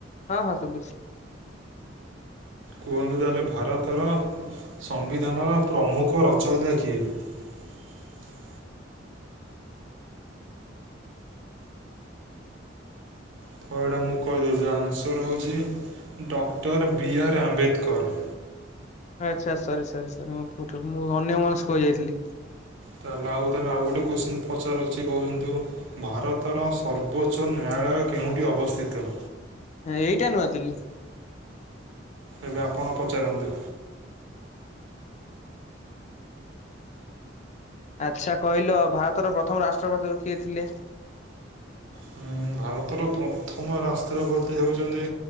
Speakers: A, on the left (about 40°); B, on the right (about 85°).
A: ହଁ ହଁ ଶୁଭୁଛି।
B: କୁହନ୍ତୁ ତାହେଲେ ଭାରତର ସମ୍ବିଧାନର ପ୍ରମୁଖ ରଚୟତା କିଏ? <inaudible> ତ ଏଇଟା ମୁଁ କହିଦଉଛି ଆନ୍ସର ହଉଛି। Doctor B R Ambedkar.
A: ଆଚ୍ଛା ସରି ସରି ସରି ମୁଁ ଅନ୍ୟ ମନସ୍କ ହେ ଯାଇଥିଲି।
B: ତାହେଲେ ଆଉ ତାହେଲେ ଆଉ ଗୋଟେ କୋଶ୍ଚିନ୍ ପଚାରଉଚି ବନ୍ଧୁ ଭାରତ ତର ସର୍ବୋଚ୍ଚ ନ୍ୟାୟଳୟ କେଉଁଠି ଅବସ୍ଥିତ?
A: ଏଇଟା ନୂଆଦିଲ୍ଲୀ।
B: ଏବେ ଆପଣ ପଚାରନ୍ତୁ?
A: ଆଛା, କହିଲ ଭାରତର ପ୍ରଥମ ରାଷ୍ଟ୍ରପତି କିଏ ଥିଲେ?
B: ହୁଁ, ଭାରତର ପ୍ରଥମ ରାଷତ୍ରପତି ହେଉଛନ୍ତି?